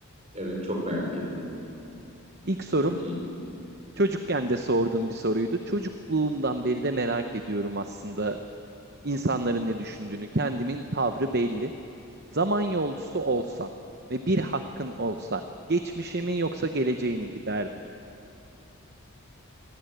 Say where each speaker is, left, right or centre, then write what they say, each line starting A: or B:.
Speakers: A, on the right (about 30°); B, on the right (about 45°).
A: Evet, çok merak ettim.
B: İlk sorum
A: Çok iyi.
B: çocukken de sorduğum bir soruydu. Çocukluğumdan beri de merak ediyorum aslında insanların ne düşündüğünü. Kendimin tavrı belli. Zaman yolcusu olsan ve bir hakkın olsa geçmişe mi yoksa geleceğe mi giderdin?